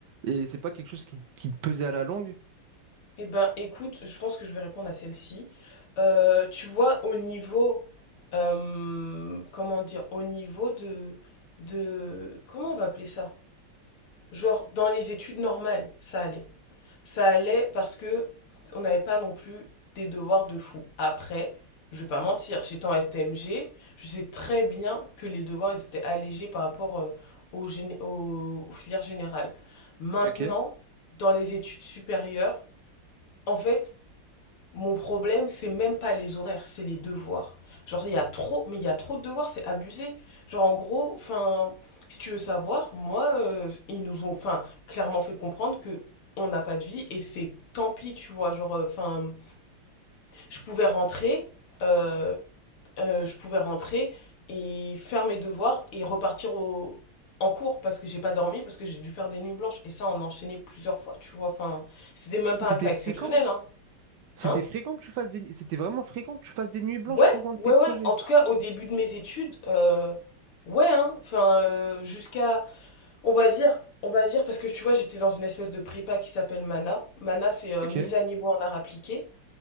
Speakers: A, on the right; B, on the left.
A: Et c'est pas quelque chose qui, qui te pesait à la longue.
B: Eh ben, écoute, je pense que je vais répondre à celle-ci. Euh, tu vois, au niveau, euh, comment dire, au niveau de, de, comment on va appeler ça? Genre, dans les études normales, ça allait. Ça allait parce que on n'avait pas non plus des devoirs de fou. Après, je vais pas mentir, j'étais en STMG, je sais très bien que les devoirs ils étaient allégés par rapport euh, aux, gén- aux- aux filières générales. Maintenant,
A: Ok.
B: dans les études supérieures, en fait, mon problème, c'est même pas les horaires, c'est les devoirs. Genre, il y a trop, mais il y a trop de devoirs, c'est abusé. Genre, en gros, enfin, si tu veux savoir, moi, euh, ils nous ont, enfin, clairement fait comprendre que on n'a pas de vie et c'est tant pis, tu vois. Genre, euh, enfin, je pouvais rentrer, euh, euh, je pouvais rentrer et faire mes devoirs et repartir au, en cours parce que j'ai pas dormi, parce que j'ai dû faire des nuits blanches et ça, on enchaînait plusieurs fois, tu vois. Enfin, c'était même pas
A: C'était
B: un cas
A: fréquent.
B: exceptionnel, hein.
A: C'était
B: Hein
A: fréquent que tu fasses des... C'était vraiment fréquent que tu fasses des nuits blanches
B: Ouais,
A: pour rendre
B: ouais,
A: tes
B: ouais.
A: projets.
B: En tout cas, au début de mes études, euh, ouais, hein. Enfin, euh, jusqu'à, on va dire, on va dire, parce que tu vois, j'étais dans une espèce de prépa qui s'appelle MANA. MANA, c'est euh,
A: Ok.
B: mise à niveau en art appliqué.